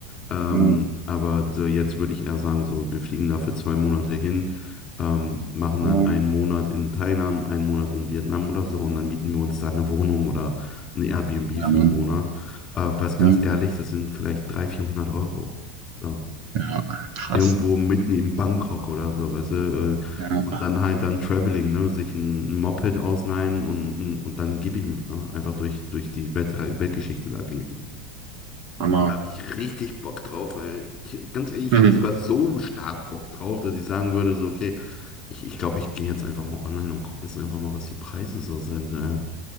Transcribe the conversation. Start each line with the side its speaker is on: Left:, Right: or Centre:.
Left: Ähm,
Right: Ja.
Left: aber so jetzt würde ich eher sagen, so, wir fliegen da für zwei Monate hin, ähm, machen
Right: Voll.
Left: dann einen Monat in Thailand, einen Monat in Vietnam oder so und dann mieten wir uns da eine Wohnung oder ein Airbnb
Right: Ja,
Left: für
Right: Mann.
Left: einen Monat. Äh, was ganz
Right: Ja.
Left: ehrlich, das sind vielleicht 300, 400 Euro. So.
Right: Ja. Krass.
Left: Irgendwo mitten in Bangkok oder so, weißt du? Äh,
Right: Ja.
Left: und dann halt dann Traveling, ne? Sich ein, ein Moped ausleihen und, und und dann gib ihm, ne? Einfach durch, durch die Welt, Weltgeschichte da geben.
Right: Hammer.
Left: Habe ich richtig Bock drauf, ey. Ich, ganz ehrlich, ich
Right: Mhm.
Left: habe sogar so stark Bock drauf, dass ich sagen würde, so, okay, ich glaube, ich, glaub, ich gehe jetzt einfach mal online und gucke jetzt einfach mal, was die Preise so sind, ey.